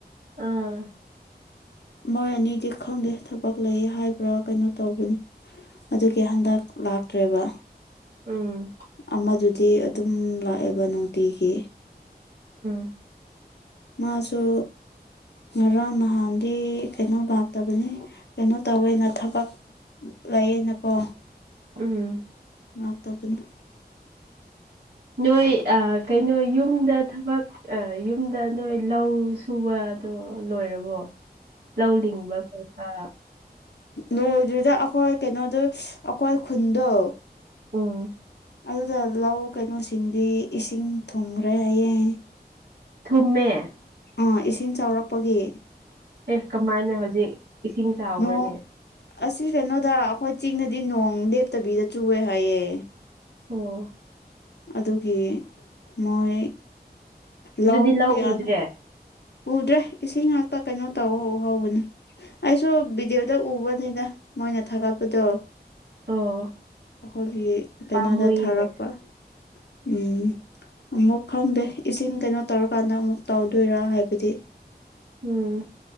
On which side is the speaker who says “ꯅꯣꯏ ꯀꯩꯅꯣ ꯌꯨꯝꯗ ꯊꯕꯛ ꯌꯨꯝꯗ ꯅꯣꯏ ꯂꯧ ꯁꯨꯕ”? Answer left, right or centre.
Right